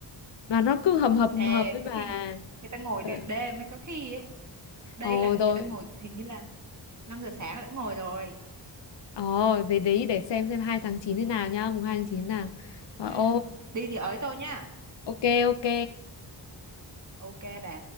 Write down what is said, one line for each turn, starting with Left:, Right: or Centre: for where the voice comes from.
Left: Mà nó cứ hầm hập hầm
Right: Ê,
Left: hập với
Right: có
Left: bà.
Right: khi người ta ngồi
Left: Ờ,
Right: từ đêm ấy có khi ấy. Đây
Left: Ồ
Right: là người
Left: rồi.
Right: ta ngồi hình như là 5 giờ sáng đã ngồi rồi.
Left: Ồ, thế đấy để xem xem 2 tháng 9 thế nào nhá, mùng 2 tháng 9 nào.
Right: Ừ,
Left: Rồi, ô,
Right: đi thì ới tôi nhá.
Left: ok ok.
Right: Ok bà.